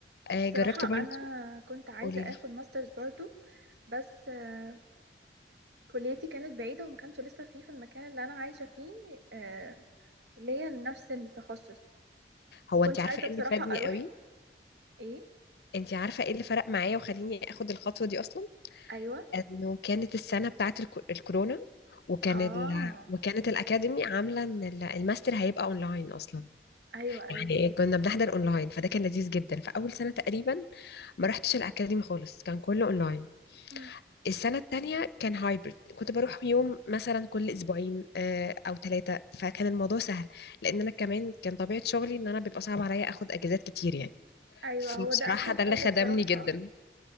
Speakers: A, on the left; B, on the right.
A: آه
B: بصراحة
A: جربت برضه
B: أنا كنت عايزة
A: قولي
B: أخد
A: لي
B: ماسترز برضو بس آه، كليتي كانت بعيدة وما كانش لسه فيه في المكان اللي أنا عايشة فيه آه، كلية نفس التخصص
A: هو
B: ما كنتش
A: أنت عارفة
B: عايزة
A: إيه
B: بصراحة
A: اللي فادني
B: أروح
A: قوي
B: إيه
A: أنت عارفة إيه اللي فرق معايا وخليني أخد الخطوة دي أصلا
B: أيوة
A: إنه كانت السنة بتاعت الكو- الكورونا وكان
B: آه
A: ال... وكانت الأكاديمي عاملة إن ال- الماستر هيبقى أونلاين أصلا
B: أيوة أيوة
A: يعني كنا بنحضر اونلاين فده كان لذيذ جدا فاول سنه تقريبا ما رحتش الاكاديمي خالص كان كله اونلاين
B: مم.
A: السنه التانية كان هايبرد كنت بروح يوم مثلا كل اسبوعين آه، او ثلاثه فكان الموضوع سهل لان انا كمان كان طبيعه شغلي ان انا بيبقى صعب عليا اخد اجازات كتير يعني
B: أيوة
A: فبصراحه
B: هو ده أسهل
A: ده
B: حاجة
A: اللي خدمني
B: بصراحة
A: جدا